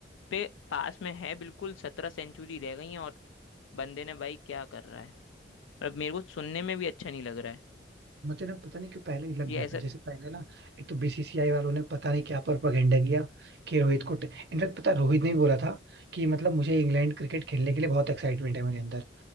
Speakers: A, on the left; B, on the right.
A: पे पास में है बिल्कुल सत्रह सेंचुरी रह गई हैं और बंदे ने भाई क्या कर रहा है अब मेरे को सुनने में भी अच्छा नहीं लग रहा है
B: मुझे ना पता नहीं क्यों पहले ही लग
A: ये
B: गया
A: ऐसा
B: था जैसे पहले ना एक तो बीसीसीआई वालों ने पता नहीं क्या प्रोपेगेंडा किया कि रोहित को इनफैक्ट पता है, रोहित ने ही बोला था कि मतलब मुझे इंग्लैंड क्रिकेट खेलने के लिए बहुत एक्साइटमेंट है मेरे अंदर